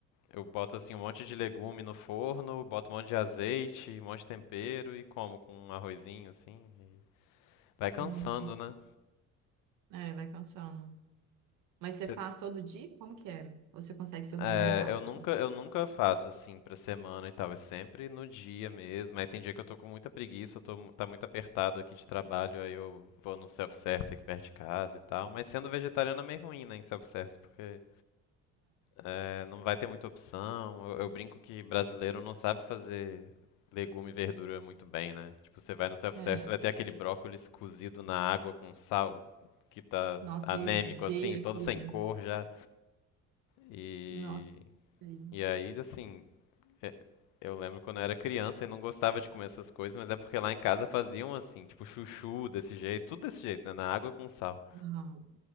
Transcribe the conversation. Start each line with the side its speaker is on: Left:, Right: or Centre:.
Left: Eu boto assim um monte de legume no forno, boto um monte de azeite, um monte de tempero e como com um arrozinho assim. e Vai cansando,
Right: Uhum.
Left: né?
Right: É, vai cansando. Mas você
Left: Cê-
Right: faz todo dia? Como que é? Ou você consegue se organizar?
Left: É, eu nunca, eu nunca faço assim pra semana e tal, é sempre no dia mesmo. Aí tem dia que eu tô com muita preguiça, eu tô, mu- tá muito apertado aqui de trabalho, aí eu vou no self-service aqui perto de casa e tal. Mas sendo vegetariano é meio ruim, né, em self-service, porque É, não vai ter muita opção. Eu, eu brinco que brasileiro não sabe fazer legume e verdura muito bem, né? Tipo, você vai no self-service,
Right: É,
Left: vai
Right: é.
Left: ter aquele brócolis cozido na água com sal, que tá
Right: Nossa,
Left: anêmico
Right: eu odeio
Left: assim, todo
Right: aquilo.
Left: sem cor já. E,
Right: Nossa. sei.
Left: e aí, assim, é- eu lembro quando eu era criança e não gostava de comer essas coisas, mas é porque lá em casa faziam assim, tipo chuchu desse jeito, tudo desse jeito, né? Na água com sal.
Right: Aham.